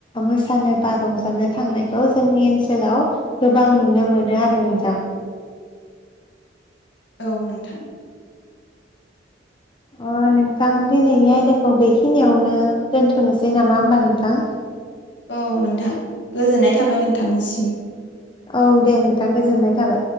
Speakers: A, on the left (about 25°); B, on the left (about 70°).
A: मोसानो बा रंजानो थांनायखौ जोंनि ओनसोलाव गोबां नुनो मोनो आरो नोंथां
B: औ नोंथां।
A: औ नोंथां दिनैनि आयदाखौ बेखिनियावनो दोनथ'नोसै नामा होमबा नोंथां
B: औ नोंथां गोजोननाय थाबाय नोंथांनिसिम।
A: औ दे नोंथां गोजोननाय थाबाय।